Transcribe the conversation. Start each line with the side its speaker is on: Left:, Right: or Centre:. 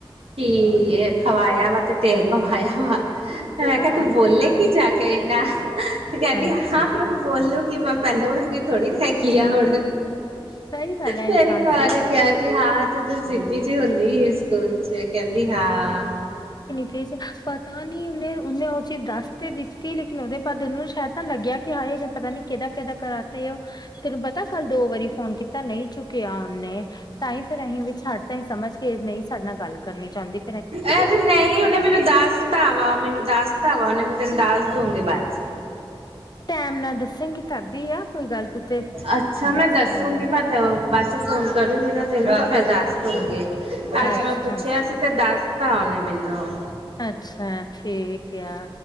Right: ਕਿ ਖਵਾਏਆ ਵਾ ਤੇ ਤੇਲ ਪਵਾਏਆ ਵਾ। ਮੈਂ
Left: ਹਾਂ
Right: ਕਿਹਾ ਤੂੰ ਬੋਲੇਂਗੀ
Left: ਠੀਕ ਹੈ
Right: ਜਾ ਕੇ ਏਨਾ, ਕੈਂਦੀ
Left: ਅੱਛਾ
Right: ਹਾਂ ਮੈਂ ਬੋਲੂਗੀ ਮੈਂ ਪੈਲੇ ਵਰਗੀ ਥੋੜੀ ਹੇਗੀ ਆ ਹੁਨ,
Left: ਸਹੀ ਗੱਲ ਹੈ
Right: ਮੇਰੀ
Left: ਇਨਸਾਨ
Right: ਮਾਂ
Left: ਸਿੱਖ
Right: ਨੇ ਕੇਆ ਕਿ ਹਾਂ ਤੂੰ ਤੇ ਸਿੱਧੀ ਜੀ ਹੁੰਦੀ ਏ ਸਕੂਲ ਚ, ਕੈਂਦੀ ਹਾਂ।
Left: ਏ ਚ ਪਰ ਤਾਂ ਨੀ ੳਨੇ, ੳਨੇ ੳਹ ਚੀਜ ਦੱਸ ਤੇ ਦਿੱਤੀ ਲੇਕਿਨ ਉਦੇ ਬਾਦ ੳਨੂੰ ਸ਼ਾਏਦ ਨਾ ਲੱਗਿਆ ਕਿ ਹਾਏ ਇਹ ਪਤਾ ਨੀ ਕਿਦਾ-ਕਿਦਾ ਕਰਾ ਤੇ ੳਹ ਤੈਨੂੰ ਪਤਾ ਕਲ ਦੋ ਵਾਰੀ ਫੋਨ ਕੀਤਾ ਨਈ ਚੁੱਕੇਆ ੳਨੇ। ਤਾਂ ਹੀ ਫੇਰ ਅਹੀ ਵੀ ਛੱਡ ਤਾਂ ਏਹੀ ਸਮਝ ਕੇ ਨਈ ਸਾਡੇ ਨਾਲ ਗੱਲ ਕਰਨੀ ਚਾਉੰਦੀ।
Right: ਅਰੇ ਨਈ ੳਨੇ ਮੈਨੂੰ ਦੱਸਤਾ ਵਾ, ਮੈਨੂੰ ਦੱਸਤਾ ਵਾ ੳਨੇ ਮੈਨੂੰ ਤੈਨੂੰ ਦਸ ਦੂੰਗੀ ਬਾਦ ਚ।
Left: ਟੈਮ ਨਾਲ ਦੱਸੇਂਗੀ ਤਦ ਈ ਆ। ਕੋਈ ਗੱਲ ਤੂੰ ਤੇ
Right: ਅੱਛਾ
Left: ਦੱਸ
Right: ਮੈਂ ਦੱਸੂਗੀ,
Left: ਦੇਣੀ
Right: ਮੈਂ ਬਾਦ ਚ ਫੋਨ ਕਰੂੰਗੀ ਨਾ ਤੇਨੂੰ ਤਾਂ ਫੇਰ ਦਸ ਦੂੰਗੀ। ਅੱਜ
Left: ਅੱਛਾ
Right: ਮੈਂ ਪੁੱਛਿਆ ਸੀ ਤੇ ਦੱਸਤਾ ੳਨੇ ਮੈਨੂੰ।
Left: ਅੱਛਾ ਠੀਕ ਆ।